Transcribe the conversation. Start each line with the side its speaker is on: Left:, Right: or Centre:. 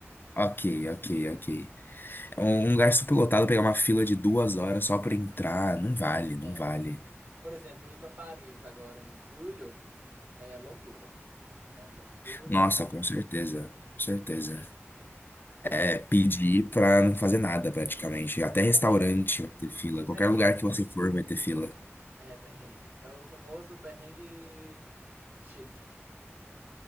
Left: Ok, ok, ok. Um um lugar superlotado, pegar uma fila de duas horas só pra entrar, não vale, não
Right: É,
Left: vale.
Right: não. Por exemplo, ir para Paris agora em julho. É loucura. É loucura,
Left: Nossa,
Right: loucura,
Left: com certeza,
Right: loucura.
Left: com certeza.
Right: Pô,
Left: É pedir pra não fazer nada praticamente. Até restaurante
Right: É,
Left: vai ter fila.
Right: é perrengue.
Left: Qualquer lugar que você for vai ter fila.
Right: É perrengue. É o famoso perrengue chique.